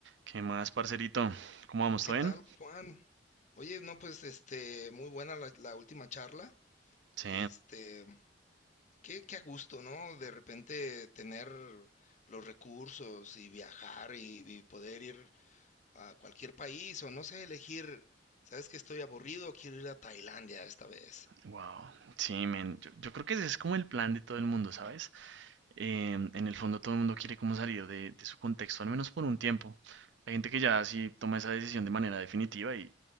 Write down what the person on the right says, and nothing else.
¿Qué más, parcerito? ¿Cómo vamos?
¿Todo
bien?
Sí,
wow. Sí, men. Yo, yo creo que ese es como el plan de todo el mundo, ¿sabes? Eh, en el fondo todo el mundo quiere como salir de, de su contexto, al menos por un tiempo. Hay gente que ya sí toma esa decisión de manera definitiva y